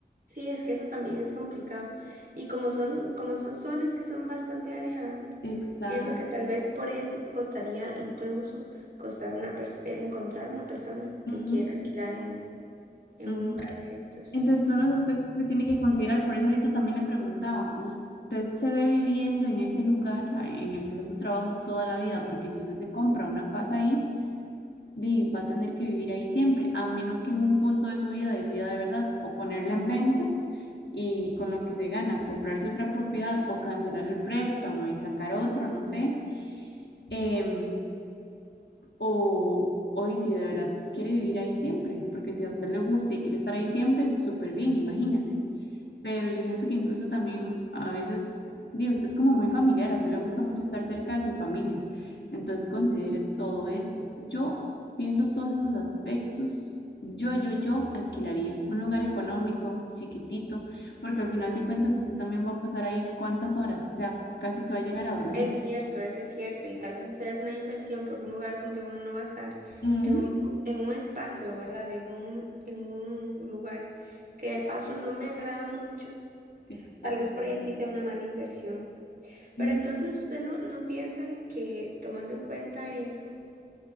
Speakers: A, on the right; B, on the left.
A: Sí, es que eso también es complicado. Y como son, como son zonas que son bastante alejadas,
B: Exacto.
A: pienso que tal vez por eso costaría incluso costar una pers- encontrar una persona que
B: Ujú,
A: quiera alquilar en, en
B: ujú.
A: un lugar de estos.
B: Entonces son los aspectos que tiene que considerar. Por eso ahorita también le preguntaba, ¿usted se ve viviendo en ese lugar ah, en el que hace su trabajo toda la vida? Porque si usted se compra una casa ahí, di, va a tener que vivir ahí siempre, a menos que en un punto de su vida decida de verdad o ponerla en venta y con lo que se gana, comprarse otra propiedad o cancelar el préstamo y sacar otro, no sé, em, o, o y si de verdad quiere vivir ahí siempre, porque si a usted le gusta y quiere estar ahí siempre, súper bien, imagínense pero yo siento que incluso también a veces, digo, usted es como muy familiar, a usted le gusta mucho estar cerca de su familia, entonces considere todo eso. Yo, viendo todos esos aspectos, yo, yo, yo alquilaría un lugar económico, chiquitito, porque al final de cuentas usted también va a pasar ahí cuántas horas, o sea, casi que va a llegar a dormir.
A: Es cierto, eso es cierto, y tal vez hacer una inversión por un lugar donde uno no va a estar,
B: Ujú.
A: en un, lu- en un espacio, ¿verdad? En un, en un lugar que de paso no me agrada mucho,
B: Exactamente.
A: tal vez por ahí sí sea una mala inversión.
B: Sí,
A: Pero entonces usted no, no piensa que tomando en cuenta eso